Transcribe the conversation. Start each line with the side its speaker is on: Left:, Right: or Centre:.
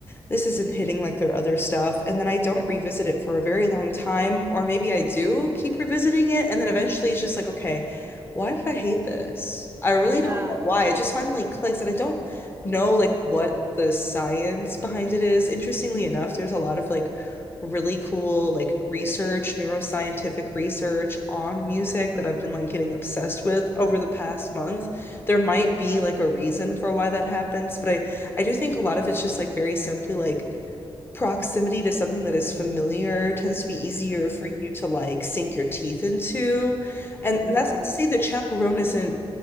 Left: this isn't hitting like their other stuff. And then I don't revisit it for a very long time, or maybe I do keep revisiting it. And then eventually it's just like, okay, why did I hate this? I really
Right: Yeah.
Left: don't know why. It just finally clicks. And I don't know like what the science behind it is. Interestingly enough, there's a lot of like really cool like research, neuroscientific research on music that I've been like getting obsessed with over the past
Right: Mhm.
Left: month. There might be like a reason for why that happens, but I I do think a lot of it's just like very simply like proximity to something that is familiar tends to be easier
Right: Mm,
Left: for you to like sink your teeth into. And
Right: yeah.
Left: that's not to say that Chaperone isn't